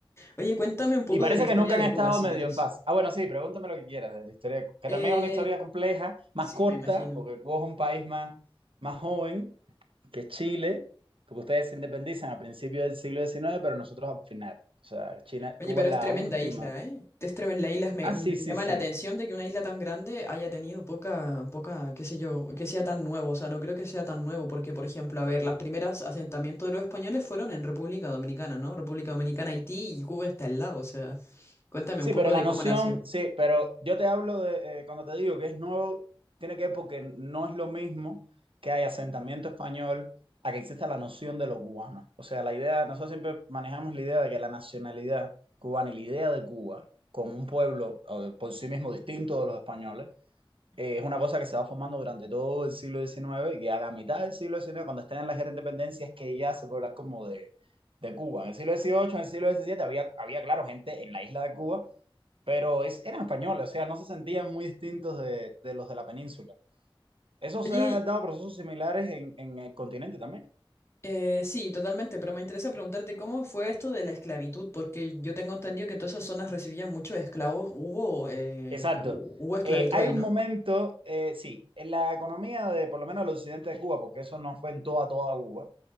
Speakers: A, on the left; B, on the right.
A: Oye, cuéntame un poco
B: Y parece
A: de la historia
B: que nunca han
A: de
B: estado
A: Cuba, si
B: medio
A: quieres.
B: en paz. Ah, bueno, sí, pregúntame lo que quieras de la historia, de Cuba, que
A: Eh,
B: también es una historia compleja, más
A: sí,
B: corta,
A: me imagino.
B: porque Cuba es un país más, más joven que Chile, porque ustedes se independizan a principios del siglo diecinueve pero nosotros al final. O sea, China,
A: Oye,
B: Cuba
A: pero
B: es
A: es
B: la
A: tremenda
B: última.
A: isla, ¿eh? Es tremenda isla. Me,
B: Ah,
A: me
B: sí, sí,
A: llama
B: sí.
A: la atención de que una isla tan grande haya tenido poca, poca, qué sé yo, que sea tan nuevo. O sea, no creo que sea tan nuevo, porque, por ejemplo, a ver, las primeras asentamientos de los españoles fueron en República Dominicana, ¿no? República Dominicana, Haití y Cuba está al lado. O sea, cuéntame
B: Sí,
A: un poco
B: pero la
A: de
B: noción,
A: cómo nació.
B: sí, pero yo te hablo de, eh, cuando te digo que es nuevo, tiene que ver porque no es lo mismo que hay asentamiento español a que exista la noción de lo cubano. O sea, la idea, nosotros siempre manejamos la idea de que la nacionalidad cubana y la idea de Cuba como un pueblo eh, por sí mismo distinto de los españoles, eh, es una cosa que se va formando durante todo el siglo XIX y que a la mitad del siglo XIX, cuando están en la guerra de independencia, es que ya se puede hablar como de, de Cuba. En el siglo XVIII, en el siglo XVII había, había, claro, gente en la isla de Cuba pero es, eran españoles, o sea, no se sentían muy distintos de, de los de la península. Eso
A: Oye,
B: se han dado procesos similares en, en el continente también.
A: eh, sí, totalmente, pero me interesa preguntarte cómo fue esto de la esclavitud, porque yo tengo entendido que todas esas zonas recibían muchos esclavos. Hubo, eh,
B: Exacto.
A: hu- hubo esclavitud
B: Eh, hay
A: ahí,
B: un
A: ¿no?
B: momento, eh, sí, en la economía de por lo menos el occidente de Cuba, porque eso no fue en toda, toda Cuba.